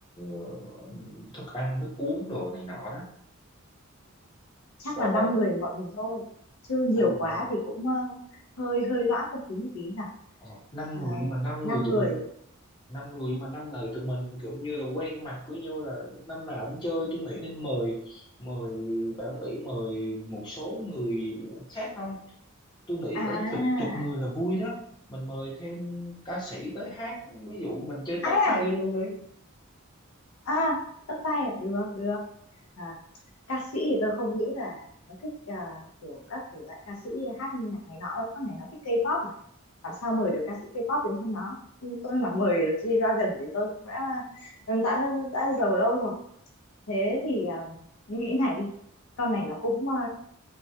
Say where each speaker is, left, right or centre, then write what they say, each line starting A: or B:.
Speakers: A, on the left (about 20°); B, on the left (about 75°).
A: ờ, thức ăn nước uống đồ này nọ đó
B: chắc
A: ba
B: là
A: ba
B: năm người bọn mình thôi chứ nhiều
A: năm người
B: quá
A: đó
B: thì cũng ờ, hơi hơi loãng không khí một tí nhỉ
A: ờ, năm
B: Ờ,
A: người nhưng mà năm
B: năm
A: người tụi
B: người
A: mình năm người mà năm người tụi mình kiểu như là quen mặt cứ như là năm nào cũng chơi tôi nghĩ nên mời mời bảo nghĩ mời một số người khác không tôi nghĩ
B: à
A: cỡ chục chục người là vui đó mình mời thêm ca sĩ tới hát ví dụ mình chơi tất
B: ai
A: tay
B: à
A: luôn đi
B: à tất tay à được được à, ca sĩ thì tôi không nghĩ là nó thích ờ, kiểu các thể loại ca sĩ hát nhạc này nọ con này nó thích K-pop mà làm sao mời được ca sĩ K-pop đến cho nó Nhưng tôi mà mời được G-Dragon thì tôi cũng đã đã đã giàu lâu rồi thế thì ờ, nghĩ này đi con này nó cũng ờ,